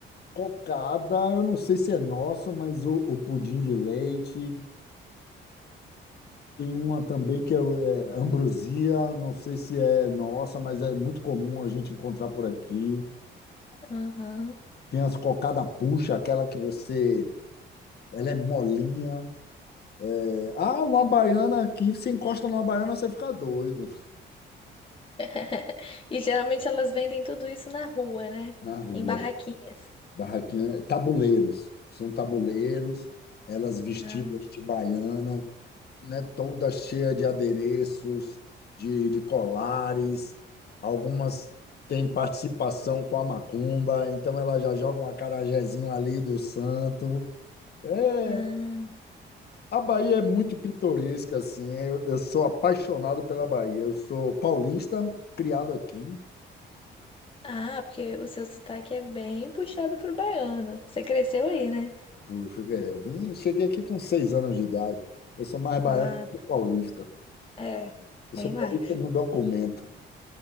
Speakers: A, on the left; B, on the left.
A: cocada, eu não sei se é nosso, mas o, o pudim de leite. Tem uma também que é, o- é ambrosia, não sei se é nossa, mas é muito comum a gente encontrar por aqui.
B: Aham.
A: Tem as cocada puxa, aquela que você... Ela é molinha. É, Ah, uma baiana aqui, você encosta numa baiana, você fica doido.
B: <laughs> E geralmente elas vendem tudo isso na rua, né?
A: na rua.
B: Em barraquinhas.
A: Barraquinha, tabuleiros. São tabuleiros, elas vestidas
B: Ah,
A: de baiana, né, toda cheia de adereços, de, de colares. Algumas têm participação com a macumba, então elas já jogam um acarajézinho ali do santo. É,
B: ah.
A: a Bahia é muito pitoresca, assim. Eu, eu sou apaixonado pela Bahia. Eu sou paulista, criado aqui,
B: Ah, porque o seu sotaque é bem puxado pro baiano. Você cresceu aí, né?
A: Fui, fui, é, vim, cheguei aqui com seis anos de idade. Eu sou mais baiano
B: Ah,
A: do que paulista.
B: É,
A: Eu
B: bem
A: sou paulista,
B: mais.
A: não documenta.